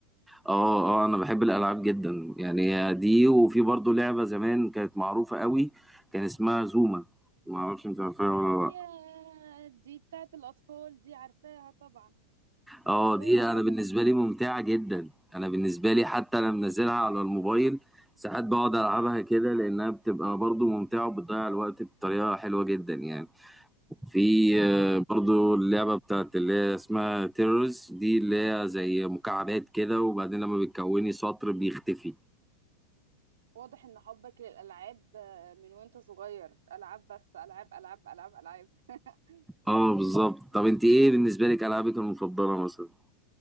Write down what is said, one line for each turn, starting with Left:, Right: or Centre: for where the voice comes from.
Centre: اه اه انا بحب الالعاب جدا يعني دي وفي برضو لعبه زمان كانت معروفه قوي كان اسمها زوما ما اعرفش انت عارفاها ولا
Right: يا
Centre: لا
Right: دي بتاعت الاطفال دي عارفاها طبعا
Centre: اه
Right: عارفاها
Centre: دي
Right: طبعا
Centre: انا بالنسبه لي ممتعه جدا انا بالنسبه لي حتى انا منزلها على الموبايل ساعات بقعد العبها كده لانها بتبقى برضو ممتعه وبتضيع الوقت بطريقه حلوه جدا يعني في آه،
Right: ف-
Centre: برضو اللعبه بتاعت اللي هي اسمها تيرورز دي اللي هي زي مكعبات كده وبعدين لما بتكوني سطر بيختفي
Right: واضح ان حبك للالعاب آه، من وانت صغير العاب بس العاب العاب العاب العاب <laughs>
Centre: اه بالظبط طب انت ايه بالنسبه لك العابك المفضله مثلا